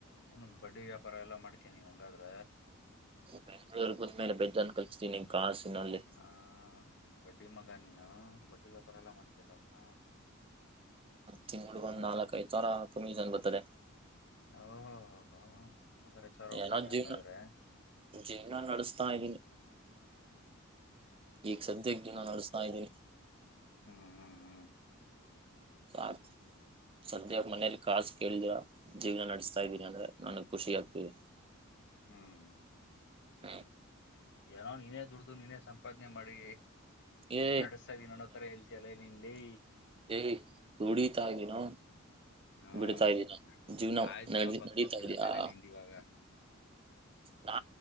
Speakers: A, on the left; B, on the right.
A: ಏನು ಬಡ್ಡಿ ವ್ಯಾಪಾರ ಎಲ್ಲಾ ಮಾಡ್ತೀಿನ್ ಹಂಗಾದ್ರ
B: ಬೆಂಳೂರ್ ಬಂದ್ಮೇಲೆ ಬೆಜನ್ ಕಲ್ಿಸತೀನಿ ಕಾಸಿನಲ್ಲಿ
A: ಆ ಬಡ್ಡಿ ಮಂಗಾ ನೀನು ವ್ಯಾಪರ ಎಲ್ಲ ಮಾಡತತಿಲ್ಲಪ್ಪ
B: ತಿಡ್ ಒಂದ್ ಒ ನಾಲ್ಕ ಐದು ತರ ಕಮ್ಮಿ ಜನ್ ಬರ್ತದೆ
A: ಓಹೋೋ ಹೋ ಅಲ್ಲ್ರ ಚಾರ ಹೊಡತಿ
B: ಏನೋ
A: ಹಂಗಾದ್ರೆ
B: ಜೀವನ ಜೀವನ ನಡೆಸ್ತಾ ಇದ್ದೀನಿ ಈಗ ಸದ್ಯಕ್ಕೆ ಜೀನ ನಡ್ಸ್ತಾ ಇದೆ
A: ಹಾ ಹಾ ಹಾ
B: ಸ ಸದ್ಯ ಮನೇಲಿ ಕಾಸು ಕೇಳ್ದಿವ ಜೀವನ ನಡೆಸ್ತಾ ಇದ್ದೀನಿ ಅಂದ್ರೆ ನನ್ಗ್ ಖುಷಿ ಆಗ್ತೀವಿ
A: ಹ್ಮ್
B: ಹ್ಮ್
A: ಏನೋ ನೀನೇ ದುಡ್ದು ನೀನೇ ಸಂಪಾದನೆ ಮಾಡಿ
B: ಏ
A: ನಡಸ್ತಾ ಇದ ನನ್ನೋ ತರ ಹೇತಿಲ್ಲ ಇಲ್ಲೇ
B: ಏಯ್ ತುಡಿ ತ ಇ ದಿನೋ
A: ಹ್ಮ್
B: ಬಿಡ್ತಾ ಇದೀನಾ ಜೀವನ
A: ಆಯ್ತ್
B: ನಡ
A: ಬಿಡಪ್ಪ
B: ನಡೀತಾ
A: ದೊಡ್ಡ ದುಡಿಮೆನೆ
B: ಇದೀಯಾ ಆ
A: ನಿಂದ ಇವಾಗ <unintelligible>
B: ನಾ